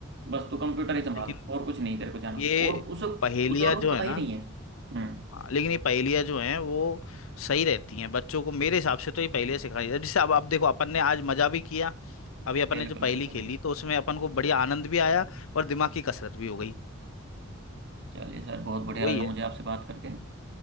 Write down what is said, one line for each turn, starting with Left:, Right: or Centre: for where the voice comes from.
Right: बस तू कंप्यूटर ही संभाल
Left: लेकिन
Right: और कुछ नहीं तेरे को जाना
Left: ये
Right: और उसे
Left: पहेलियाँ
Right: उसे और
Left: जो
Right: कुछ पता
Left: है ना
Right: ही नहीं है हम्म
Left: हाँ, लेकिन ये पहेलियाँ जो हैं वो सही रहती हैं बच्चों को मेरे हिसाब से तो ये पहेलियाँ सिखानी चाहिए जैसे अब आप देखो अपन ने आज मजा भी किया अभी अपन
Right: बिल्कुल
Left: ने जो पहेली
Right: बिल्कुल
Left: खेली
Right: बिल्कुल
Left: तो उसमें अपन को बढ़िया आनंद भी आया और दिमाग की कसरत भी हो गई
Right: चलिए सर बहुत बढ़िया
Left: वही
Right: लगा
Left: है
Right: मुझे आपसे बात करके